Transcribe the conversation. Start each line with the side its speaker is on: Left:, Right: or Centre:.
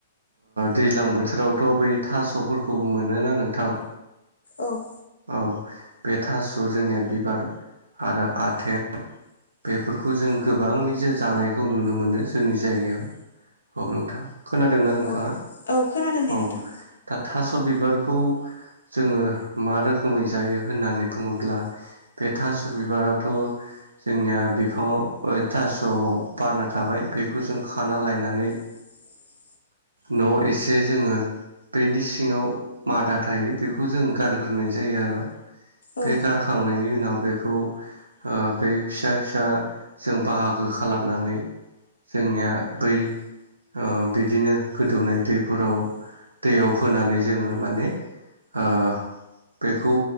Right: दैज्लां बो थोरावथ' बै थास'फोरखौबो मोनोना नोंथां।
Left: औ।
Right: औ बे थास' जोंनिया बिबार आरो आथें बेफोरखौ जों गोबाङै जानायखौ नुनो मोनो जोंनि जायगायाव‌। औ नोंथां। खोनादोंना नोंथाङा?
Left: औ औ खोनादों दे
Right: औ
Left: नोंथां।
Right: थास' बिबारखौ जोङो मा रोखोमै जायो होननानै बुङोब्ला बे थास' बिबाराथ' जोंनिया बिफाङाव थास'आव बारना थाबाय बेखौ जों खाना लायनानै
Left: <inaudible>
Right: न'वाव इसे जोङो बेनि सिङाव मादा थायो बेखौ जों गारग्रोनाय जायो आरो
Left: औ
Right: बे गारखांनायनि उनाव बेखौ ओ‌ बे फिसा फिसा जों बाहागो खालामनानै जोंनिया बै ओ बिदिनो गोदौनाय दै फोराव दैयाव होनानै जोङो माने ओ बेखौ